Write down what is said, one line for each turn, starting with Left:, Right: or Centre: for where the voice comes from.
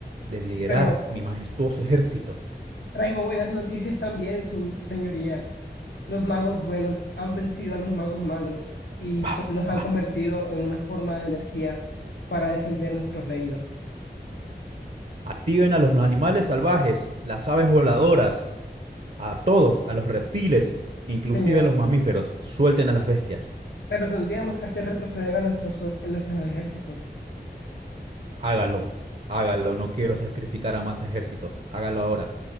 Right: de liderar
Left: Pero
Right: mi majestuoso ejército?
Left: traigo buenas noticias también, su señoría. Los magos buenos han vencido a los magos malos y
Right: Vamos,
Left: so- los han
Right: vamos.
Left: convertido en una forma de energía para defender nuestro reino.
Right: Activen a los animales salvajes, las aves voladoras, a todos, a los reptiles, inclusive
Left: Señor,
Right: a los mamíferos. Suelten a las bestias.
Left: pero tendríamos que hacer retroceder a nuestros, a nuestros ejércitos.
Right: hágalo, hágalo, no quiero sacrificar a más ejército, hágalo ahora.